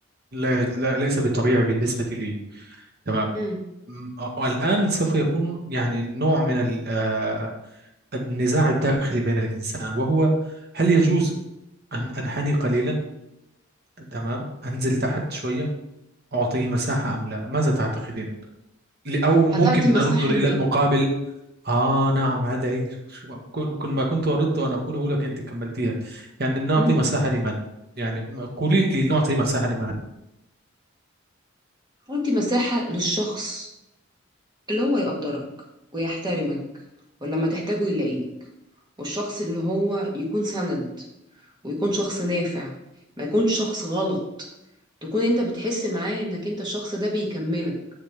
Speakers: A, on the right (about 50°); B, on the right (about 20°).
A: لا, لا ليس بالطبيعي بالنسبة لي تمام
B: مم.
A: م- والآن سوف يكون يعني نوع من ال- آه، النزاع الداخلي بين الإنسان وهو هل يجوز أن أنحني قليلا تمام أنزل تحت شوية أعطيه مساحة أم لا ماذا تعتقدين ل- أو
B: هتعطي
A: ممكن
B: مساحة
A: ننظر إلى
B: لمين
A: المقابل آه نعم هذا هي شو- كل كل ما كنت أردت أن أقوله لك أنت كملتيها يعني نعطي
B: مم.
A: مساحة لمن يعني م- قولي لي نعطي مساحة لمن
B: هتعطي مساحة للشخص اللي هو يقدرك ويحترمك ولما تحتاجه يلاقيه والشخص اللي هو يكون سند ويكون شخص نافع ما يكونش شخص غلط تكون انت بتحس معاه انك انت الشخص ده بيكملك